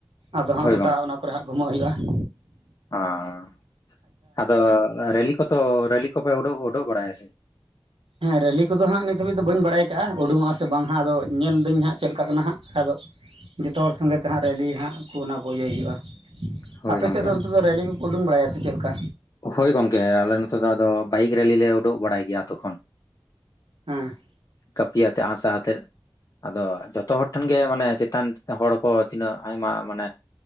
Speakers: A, on the right; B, on the left.
A: ᱟᱫᱚ ᱦᱟᱸᱜ
B: ᱦᱳᱭ
A: ᱜᱚᱴᱟ ᱚᱱᱟ ᱠᱚᱨᱮ ᱦᱟᱸᱜ ᱜᱦᱩᱢᱟᱹᱜ ᱦᱩᱭᱩᱜᱼᱟ ᱾
B: ᱟᱸ ᱟᱫᱚ ᱨᱮᱞᱤ ᱠᱚᱛᱚ ᱨᱮᱞᱤ ᱠᱚᱯᱮ ᱩᱰᱩ ᱩᱰᱩᱠ ᱵᱟᱲᱟᱭᱟ ᱥᱮ
A: ᱦᱮᱸ ᱨᱮᱹᱞᱤ ᱠᱚᱫᱚ ᱦᱟᱸᱜ ᱱᱤᱛ ᱦᱟᱹᱵᱤᱡ ᱫᱚ ᱵᱟᱹᱧ ᱵᱟᱲᱟᱭ ᱠᱟᱜᱼᱟ, ᱩᱰᱩᱠᱚᱜᱼᱟᱥᱮ ᱵᱟᱝ ᱦᱟᱸᱜ ᱟᱫᱚ ᱧᱮᱞᱫᱟᱹᱧ ᱦᱟᱸᱜ ᱪᱮᱫ ᱞᱮᱠᱟ ᱠᱟᱱᱟ ᱦᱟᱸᱜ ᱫᱚ ᱡᱚᱛᱚ ᱦᱚᱲ ᱥᱚᱸᱜᱮ ᱛᱮ ᱦᱟᱸᱜ ᱨᱮᱞᱤ ᱦᱟᱸᱜ ᱠᱚ ᱚᱱᱟ ᱠᱚ ᱤᱭᱟᱹ ᱦᱩᱭᱩᱜᱼᱟ,
B: ᱦᱳᱭ
A: ᱟᱯᱮ
B: ᱜᱚᱝᱠᱮ
A: ᱥᱮᱫ ᱫᱚ ᱚᱱᱛᱮ ᱫᱚ ᱨᱮᱞᱤ ᱠᱚ ᱩᱰᱩᱝ ᱵᱟᱲᱟᱭᱟ ᱥᱮ ᱪᱮᱫ ᱞᱮᱠᱟ?
B: ᱦᱳᱭ ᱜᱚᱝᱠᱮ ᱟᱞᱮ ᱱᱚᱛᱮ ᱫᱚ ᱟᱫᱚ ᱵᱟᱭᱤᱠ ᱨᱮᱞᱤ ᱞᱮ ᱩᱰᱩᱠ ᱵᱟᱲᱟᱭ ᱜᱮᱭᱟ ᱟᱛᱳ ᱠᱷᱚᱱ᱾
A: ᱦᱮᱸ ᱾
B: ᱠᱟᱹᱯᱤ ᱭᱟᱛᱮ ᱟᱸᱜ ᱥᱟᱨ ᱟᱛᱮᱫ ᱾ ᱟᱫᱚ ᱡᱚᱛᱚ ᱦᱚᱲ ᱴᱷᱮᱱ ᱜᱮ ᱢᱟᱱᱮ ᱪᱮᱛᱟᱱ ᱦᱚᱲ ᱠᱚ ᱛᱤᱱᱟᱹᱜ ᱟᱭᱢᱟ ᱢᱟᱱᱮ